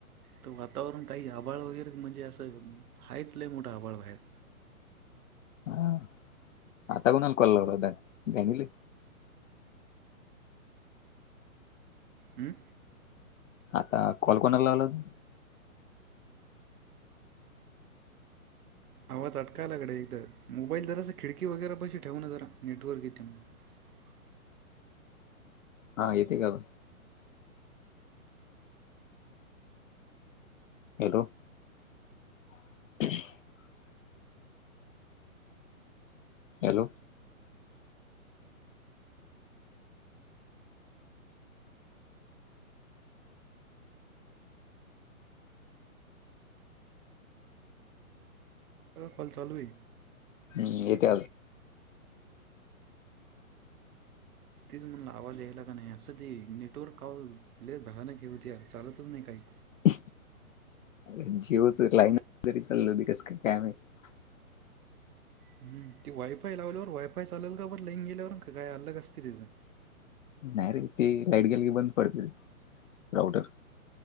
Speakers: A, on the right; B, on the left.
A: तर वातावरण काही आभाळ वगैरे म्हणजे असं हायच लय मोठा आभाळ बाहेर <inaudible>
B: हा आता कोणाल कॉल लावला होता फॅमिली?
A: हम्म
B: आता कॉल कोणाला लावला तू?
A: आवाज तटकायलाकडे एक तरर मोबाईल जरास खिडकी वगैरे पैशी ठेवून जरा नेटवर्क येेते <unintelligible>
B: हा येते काता हॅलो <unintelligible> हॅलो
A: कॉल चालू आहे
B: हम्म ये ते आज
A: तीच मणला आवाज यायला का नाही असं त नेटवर्क कॉल <inaudible> होती यार चालतच नाही काही
B: अ जिओच लाईन तरी चाललं हो कस काय चालली आहे काय माहिती
A: हम् ती वायफाय लावल्यावर वायफाय चालेल का बर लईंग गेल्यावर का काय अलग असते तिचं
B: नाही रे ते लाईट गेली की बंद पडते राऊटर